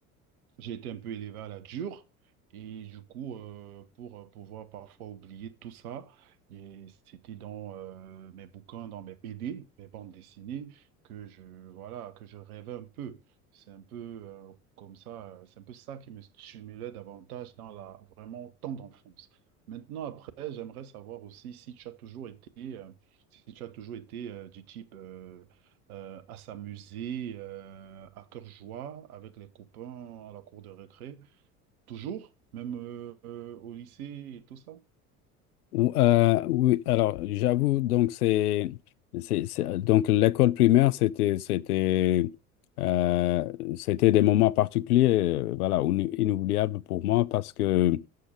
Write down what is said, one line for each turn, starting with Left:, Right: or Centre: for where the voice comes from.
Right: j'ai été un peu élevé à la dure et du coup, euh, pour euh, pouvoir parfois oublier tout ça, et c'était dans euh, mes bouquins, dans mes BD, mes bandes dessinées, que je, voilà, que je rêvais un peu. C'est un peu euh, comme ça, euh, c'est un peu ça qui me stimulait davantage dans la vraiment temps d'enfance. Maintenant, après, j'aimerais savoir aussi si tu as toujours été, euh, si tu as toujours été euh, du type euh, euh, à s'amuser euh, à cœur joie avec les copains à la cour de récré. Toujours, même euh, euh, au lycée et tout ça.
Left: Ou- euh, oui, alors j'avoue, donc c'est c'est- c'est- donc l'école primaire, c'était c'était euh, c'était des moments particuliers, euh, voilà, inu- inoubliables pour moi parce que